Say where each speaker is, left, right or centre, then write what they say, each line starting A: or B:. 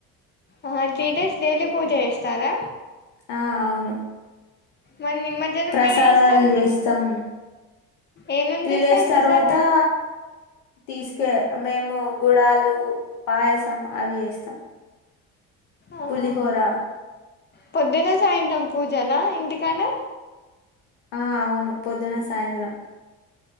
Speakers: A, on the left; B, on the left.
A: ఆ త్రీ డేస్ డైలీ పూజ చేస్తారా
B: ఆ అవును
A: మరి నిమజ్జనం
B: ప్రసాదాలు
A: మీరు చేస్తారు
B: చేస్తం
A: ఏమేం
B: త్రీ
A: చేస్తారు
B: డేస్
A: ప్రసాదాలు
B: తర్వాతా తీసకే మేము గుడాలు పాయసం అవి చేస్తాం
A: ఓ
B: పులిహోర
A: హొ పొద్దున సాయంత్రం పూజనా ఇంటికన్నే
B: ఆ అవును పొద్దున సాయంత్రం